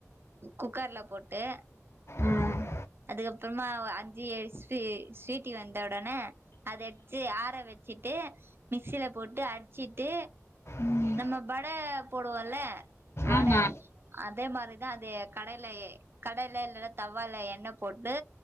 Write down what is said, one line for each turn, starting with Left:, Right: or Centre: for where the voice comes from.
Right: குக்கர்ல போட்டு
Left: ம்
Right: அதுக்கப்றமா அஞ்சு எ சு ஸ்வீட்டி வந்த உடனே அத எடுத்து ஆற வச்சு ச்சட்டு மிக்சியில போட்டு அடிச்சுட்டு
Left: ம்
Right: நம்ம வட போடுவோல வட
Left: ஆமா
Right: அதே மாரிதா அது கடாய்ல கடேல இல்ல தவ்வால எண்ணெ போட்டு